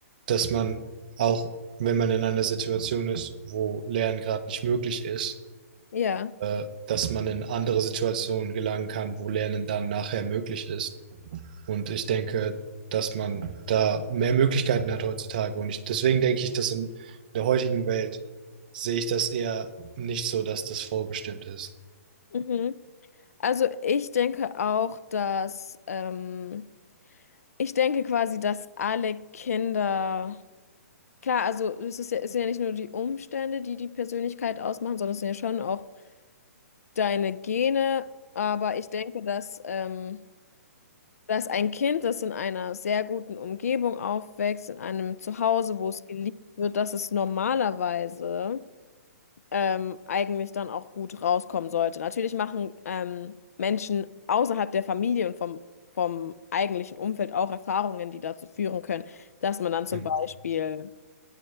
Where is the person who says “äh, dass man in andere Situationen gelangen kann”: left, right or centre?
Right